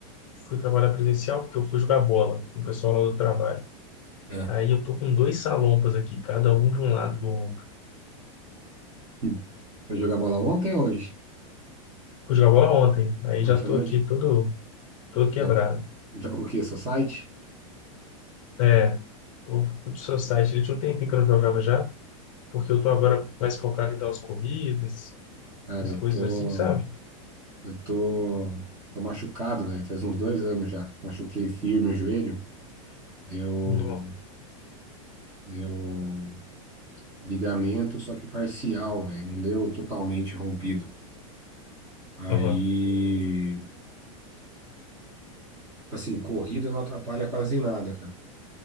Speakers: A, on the left; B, on the right.
A: fui trabalhar presencial porque eu fui jogar bola com o pessoal lá do trabalho.
B: É.
A: Aí eu tô com dois salompas aqui, cada um de um lado do ombro.
B: Hum. Foi jogar bola ontem ou hoje?
A: Fui jogar bola ontem, aí
B: Ontem
A: já tô
B: à noite?
A: aqui todo, todo quebrado.
B: Jogo, jogo o quê? Society?
A: É, eu fui pro seu site, ele tinha um tempinho que eu não jogava já, porque eu tô agora mais focado em dar umas corridas,
B: Cara,
A: as
B: eu
A: coisas
B: tô.
A: assim, sabe?
B: Eu tô. Tô machucado, velho. Faz uns dois anos já. Machuquei firme o joelho. Deu.
A: Não.
B: Deu ligamento, só que parcial, velho. Não deu totalmente rompido. Aí.
A: Uhum.
B: Assim, corrida não atrapalha quase em nada, cara.